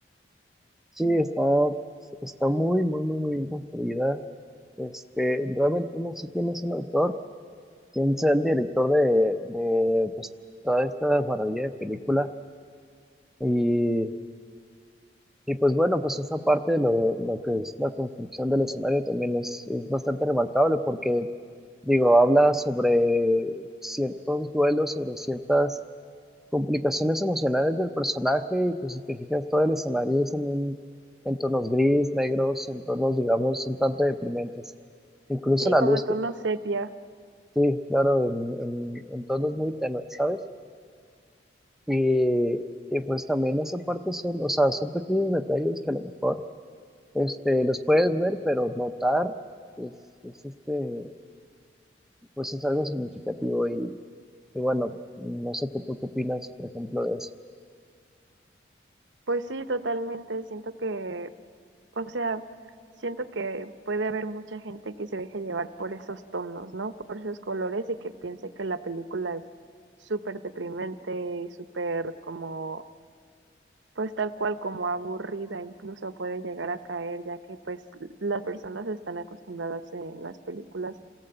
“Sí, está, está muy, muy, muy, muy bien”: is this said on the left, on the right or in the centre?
Centre